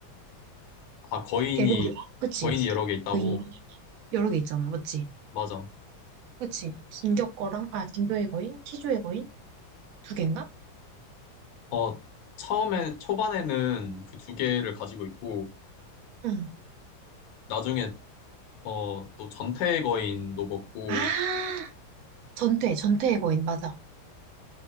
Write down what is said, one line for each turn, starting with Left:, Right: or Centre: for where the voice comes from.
Left: 아, 거인이,
Right: 엘렌 여, 그치?
Left: 거인이 여러 개 있다고?
Right: 거인이 여러 개 있잖아. 맞지?
Left: 맞아.
Right: 그치? 진격 거랑, 아, 진교의 거인? 시주의 거인? 두 갠가?
Left: 어, 처음에, 초반에는 그 두 개를 가지고 있고,
Right: 응.
Left: 나중에, 어, 또 전태 거인도 먹고,
Right: 아, 전퇴, 전퇴의 거인, 맞아.